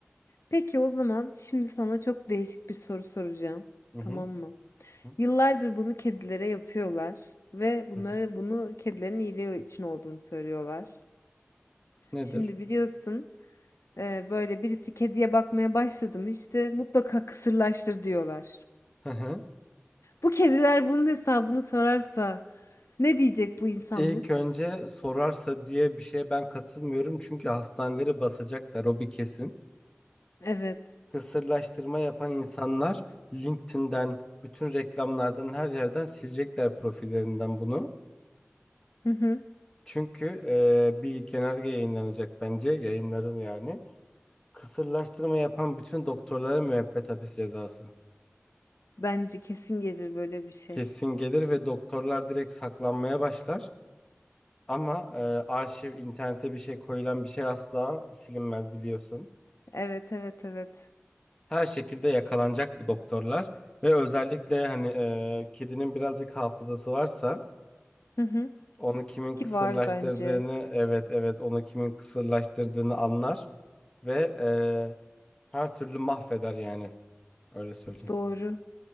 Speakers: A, on the left; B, on the left.
A: Peki o zaman şimdi sana çok değişik bir soru soracağım.
B: Hı
A: Tamam
B: hı.
A: mı?
B: Hı
A: Yıllardır bunu kedilere yapıyorlar ve bunları
B: hı. hı.
A: bunu kedilerin iyiliği için olduğunu söylüyorlar.
B: Nedir?
A: Şimdi biliyorsun e, böyle birisi kediye bakmaya başladı mı işte mutlaka kısırlaştır diyorlar.
B: Hı hı.
A: Bu kediler bunun hesabını sorarsa ne diyecek bu insanlık?
B: İlk önce sorarsa diye bir şeye ben katılmıyorum çünkü hastaneleri basacaklar o bir kesin.
A: Evet.
B: kısırlaştırma yapan insanlar LinkedIn'den, bütün reklamlardan, her yerden silecekler profillerinden bunu.
A: Hı hı.
B: Çünkü e, bir genelge yayınlanacak bence, yayınların yani. Kısırlaştırma yapan bütün doktorlara müebbet hapis cezası.
A: Bence kesin gelir böyle bir şey.
B: Kesin gelir ve doktorlar direkt saklanmaya başlar. Ama e, arşiv, internete bir şey koyulan bir şey asla silinmez biliyorsun.
A: Evet evet evet.
B: Her şekilde yakalanacak bu doktorlar. Ve özellikle hani e, kedinin birazcık hafızası varsa
A: Hı hı.
B: Onu kimin
A: Ki
B: kısırlaştırdığını
A: var bence.
B: evet evet onu kimin kısırlaştırdığını anlar ve eee, her türlü mahveder yani öyle söyleyeyim.
A: Doğru.